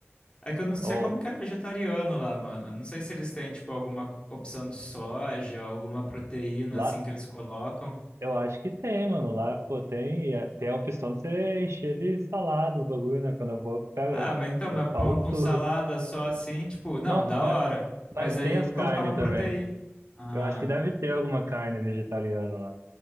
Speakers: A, on the left; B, on the right.
A: É que eu não sei
B: Ou,
A: como que é vegetariano lá, mano. Não sei se eles têm, tipo, alguma opção de soja, alguma proteína,
B: lá,
A: assim, que eles colocam.
B: Eu acho que tem, mano. Lá, pô, tem, tem a opção de você encher de salada os bagulho, né? Quando eu vou, eu, pego-
A: Ah,
B: eu,
A: mas então, mas
B: eu falo
A: pão com
B: tudo.
A: salada só assim, tipo, não,
B: Não,
A: da
B: mas,
A: hora.
B: mas
A: Mas aí
B: tem as
A: colocar
B: carnes
A: uma
B: também.
A: proteína. Ah,
B: Eu acho que deve ter alguma carne vegetariana lá.